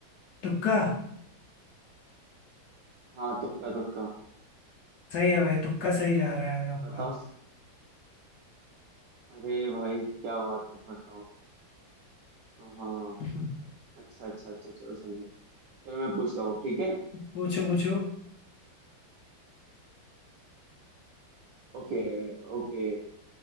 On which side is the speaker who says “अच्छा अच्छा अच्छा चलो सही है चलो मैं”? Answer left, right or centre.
Right